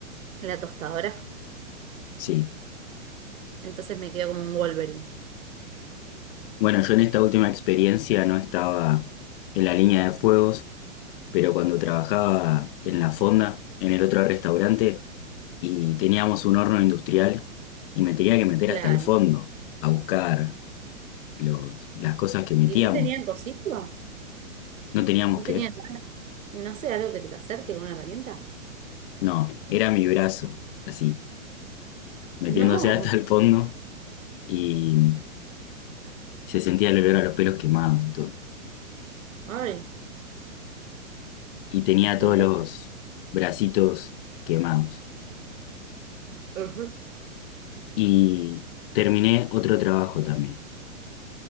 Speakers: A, on the right; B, on the left.
A: la tostadora.
B: Sí.
A: Entonces me quedo como un Wolverine.
B: Bueno, yo en esta última experiencia no estaba en la línea de fuego, pero cuando trabajaba en la fonda, en el otro restaurante, y teníamos un horno industrial, y me tenía que meter
A: Claro.
B: hasta el fondo a buscar los, las cosas que metíamos.
A: ¿Y no tenían cosito?
B: No teníamos
A: ¿No
B: que,
A: tenían nada? No sé, algo que te la acerque, alguna herramienta.
B: no, era mi brazo, así, metiéndose
A: No.
B: hasta el fondo, y se sentía el olor a los pelos quemados, todo.
A: Ay,
B: Y tenía
A: espantoso.
B: todos los bracitos quemados.
A: Ujú.
B: Y terminé otro trabajo también,